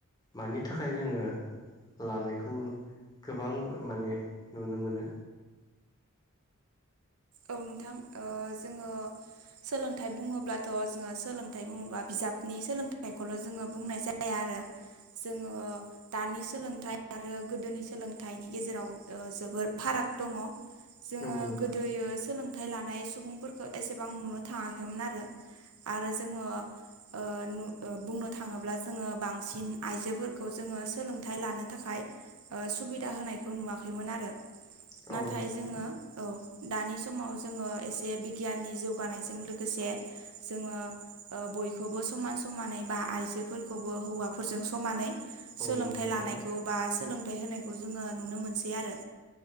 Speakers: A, on the left; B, on the right.
A: मानि थाखाय जोङो लानायखौ गोबां माने नुनो मोनो
B: औ नोंथां ओ जोङो सोलोंथाइ बुङोब्लाथ' जोङो सोलोंथाइ बुङोब्ला बिजाबनि सोलोंथाइखौल' जोङो बुंनाय जाया। जाया आरो जोङो दानि सोलोंथाइ आरो गोदोनि सोलोंथाइनि गेजेराव ओ जोबोर फाराग दङ। जोङो
A: नंगौ नोंथां
B: गोदोयो सोलोंथाइ लानाय सुबुंफोरखौ एसेबां नुनो थाङाखैमोन आरो आरो जोङो ओ ओ बुंनो थाङोब्ला जोङो बांसिन आइजोफोरखौ जोङो सोलोंथाइ लानो थाखाय ओ सुबिदा होनायखौ नुवाखैमोन आरो
A: औ
B: नाथाय
A: नंगौ नोंथां
B: जोङो औ दानि समाव जोङो एसे बिगियाननि जौगानायजों लोगोसे जोङो ओ बयखौबो समान समानै बा आइजोफोरखौबो हौवाफोरजों समानै
A: औ
B: सोलोंथाइ
A: नंगौ नोंथां
B: लानायखौ बा सोलोंथाइ होनायखौ जोङो नुनो मोनसै आरो